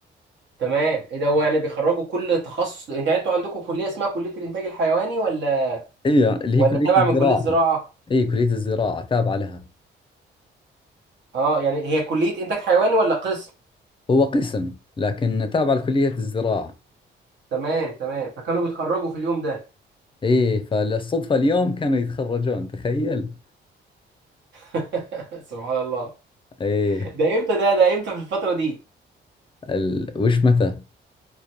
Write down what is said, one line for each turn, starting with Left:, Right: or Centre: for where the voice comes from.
Right: تمام ايه ده هو يعني بيخرجوا كل تخصص انت يعني انتوا عندكم كليه اسمها كليه الانتاج الحيواني ولا
Left: اي اللي
Right: ولا
Left: هي كلية
Right: تابع
Left: الزراعة
Right: من كليه زراعه
Left: اي كلية الزراعة تابعة لها
Right: اه يعني هي كلية انتاج حيواني ولا قسم
Left: هو قسم لكن تابعة لكلية الزراعة
Right: تمام تمام فكانوا بيتخرجوا في اليوم ده
Left: ايه فالصدفة اليوم كانوا يتخرجون تخيل
Right: <laughs> سبحان الله
Left: ايه
Right: ده امتى ده ده امتى في الفترة دي
Left: ال... وش متى